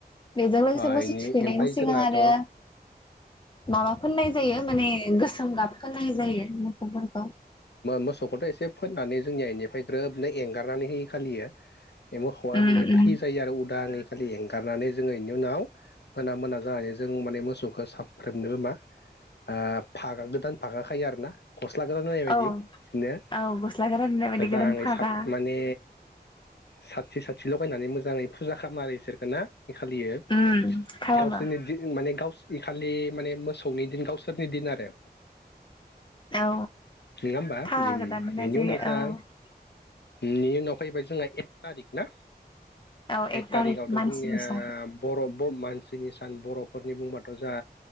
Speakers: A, on the left; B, on the left.
A: बेजों लोगोसे
B: ओ
A: मोसौ
B: इनि
A: थुखैनायनि
B: ओमफाय
A: सिगां
B: जोंहाथ'
A: आरो माबा फोननाय जायो माने गोसोम गाब फोननाय जायो मोखौफोरखौ
B: मोसौखौथ' एसे फोननानै जोंनि इनिफ्राय ग्रोबनो एंगारनानै होयो खालियो ए मोखौआ
A: उम
B: माने
A: उम
B: फ्रि जायो आरो उदांयै खालि एंगारनानै जोङो इनि उनाव मोना मोना जानानै जों माने मोसौखौ साफ्रोमनोबो मा ओ फागा गोदान फागा खायो आरो ना गस्ला गोदान
A: औ
B: बि बिनो
A: औ गस्ला गोदान होननाय बायदि गोदान
B: जानानै
A: फागा
B: सर माने साथि साथि लगायनानै मोजाङै फुजा खालामो आरो इसोरखौ ना खालियो
A: उम खालामो
B: गावसोरनि दिन माने गावसो बे खालि माने मोसौनि दिन गावसोरनि दिन आरो
A: औ
B: नङा होमबा
A: फागा
B: ओम
A: गोदान होनाय
B: बेनि
A: जायो
B: उनाव जा
A: औ
B: बिनि उनाव फैबाय जोंहा एक थारिख ना
A: औ
B: एक
A: थारिक
B: थारिखआवथ'
A: मानसि
B: जोंनिया
A: बैसागु
B: बर' मानसिनि सान बर'फोरनि बुंबाथ' जा